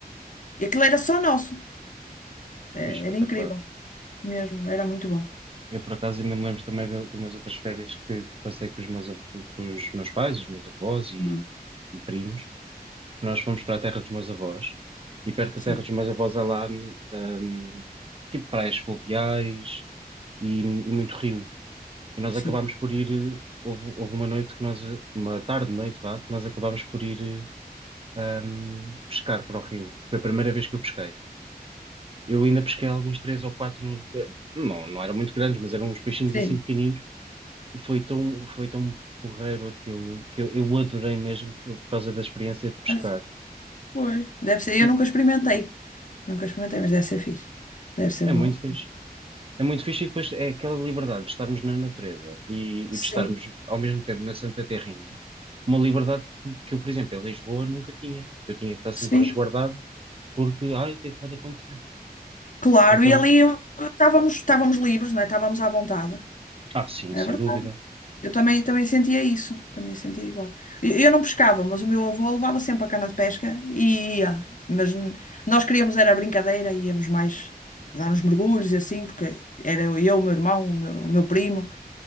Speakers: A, on the left; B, on the right.
A: E aquilo era só nosso, É,
B: E espetacular.
A: era incrível mesmo, era muito bom.
B: Eu, por acaso, ainda me lembro também de, de umas outras férias que, que passei com os meus, av- com os meus pais, os meus avós e,
A: Hum,
B: e primos. Nós fomos para a terra dos meus avós e perto da
A: Sim,
B: terra dos meus avós há lá, hum, tipo praias fluviais e, e muito rio. E nós
A: sim.
B: acabámos por ir, eh, houve, houve uma noite que nós, uma tarde, noite, vá, que nós acabámos por ir, eh, hum, pescar para o rio. Foi a primeira vez que eu pesquei. Eu ainda pesquei alguns três ou quatro, eh, não, não eram muito grandes, mas eram uns peixinhos
A: Sim,
B: assim pequeninos E foi tão, foi tão porreiro aquilo que eu, eu adorei mesmo por, por causa da experiência de pescar.
A: mas, pois. Deve ser,
B: E
A: eu nunca experimentei, nunca experimentei, mas deve ser fixe, deve ser
B: é
A: bom.
B: muito fixe. É muito fixe e depois é aquela liberdade de estarmos na natureza e,
A: Sim.
B: e de estarmos ao mesmo tempo na Santa Terrinha. Uma liberdade que, que eu, por exemplo, em Lisboa nunca tinha. Eu tinha que estar sempre
A: Sim,
B: resguardado porque, ai, o que é que pode acontecer?
A: claro.
B: Então,
A: E ali uh, estávamos, estávamos livres, não é? Estávamos à vontade.
B: ah, sim,
A: É
B: sem
A: verdade.
B: dúvida.
A: Eu também, também sentia isso. Também sentia igual. Eu, eu não pescava, mas o meu avô levava sempre a cana de pesca e ia. Mas n- nós queríamos era brincadeira, íamos mais dar uns mergulhos e assim, porque era eu, eu, o meu irmão, o meu, o meu primo.